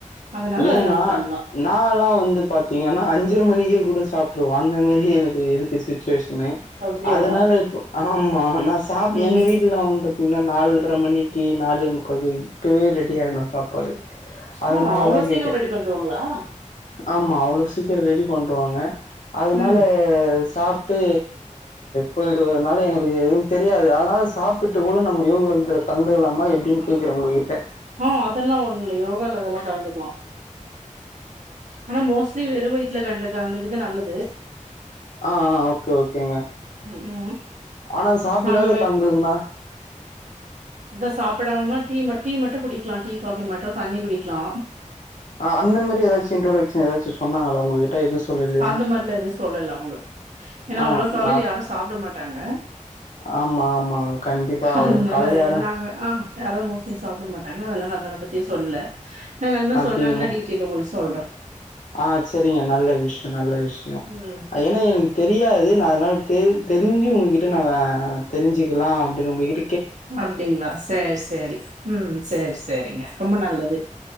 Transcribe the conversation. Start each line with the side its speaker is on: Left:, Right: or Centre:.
Right: அதனால
Left: ஏன்னா
Right: அத நம்ம பண்லா
Left: நால்லா வந்து பாத்தீங்கன்னா அஞ்சர மணிக்கே கூட சாப்ட்ருவ அந்த மாரி எனக் இருக்கு சுச்சுவேஷனு
Right: அப்டியா
Left: அதனால இப்போ ஆ ம்மா ந சாப்
Right: ம்
Left: எங்க வீட்ல வந்து பாத்தீங்கன்னா நாள் த்தர மணிக்கு நாலு முக்காகு இப்பவே ரெடி ஆகிடணு சாப்பாடு அதனாலதாப்
Right: ஆ அவ்ளோ சீக்கிரோ ரெடி பண்ட்ருவாங்களா
Left: ஆமா அவ்ளோ சீக்கிரோ ரெடி பண்ட்ருவாங்க அதனால
Right: ம்
Left: சாப்ட்டு போயிடுவனால எங்களுக்கு எதுவு தெரியாது அதனால சாப்ட்டு கூட நம்ம யோகத்தில கலந்துக்கலாமா எப்பிடின்னு கேட்குறோ உங்க்கிட்ட
Right: ஆ அதெல்லா ஒண்ணு இல்ல யோகால அதெல்லா கலந்துக்கலா ஆனா மோஸ்ட்லி வெறு வயித்துல கண்டு கலந்துக்குறது நல்லது
Left: ஆ ஆ ஓகே ஓகேங்க
Right: ம் ம்
Left: ஆனா சாப்பிடாத
Right: நாங்க
Left: கலந்துகிண்ணா
Right: தா சாப்பிடாம டீ ம டீ மட்டு குடிக்கலா டீ காபி மட்டு தண்ணி குடிக்கலா
Left: அ அந்த மாரி எதாச்சு இன்ட்டடோக்ஸன் எதாச்சி சொன்னாங்களா உங்ககிட்ட எது சொல்லலையா
Right: அந்த மாரிலா எது சொல்லல அவுங்க ஏன்னா
Left: ஆ
Right: அவ்ளோ காலில
Left: நா
Right: யாரு சாப்பிடமாட்டாங்க
Left: ஆமா ஆமா கண்டிப்பா அவ்வளவு
Right: அனால
Left: கால்ல யாரு
Right: நாங்க ஆ யாரு மோஸ்ட்லி சாப்பிடமாட்டாங்க அதனால அதான பத் த்தி சொல்ல நாங்க அந்த மா
Left: அப்டிங்கள
Right: சொன்னாங்கன்னா டீடேல் உங்களுக்கு சொ சொல்றே
Left: ஆ சேரிங்க நல்ல விஷ்யோ நல்ல விஷ் ஷயம்
Right: ம்
Left: ஏன்னா எனக்கு தெரியாது அனால தெ தெரிஞ்சி உங்ககிட்ட ந தெரிஞ்சுக்கலா அப்பிடின்னு உங்ககிட்
Right: அப்பிடிங்களா சேரி சேரி ம் சேரி சேரிங்க ரொம்ப நல்லது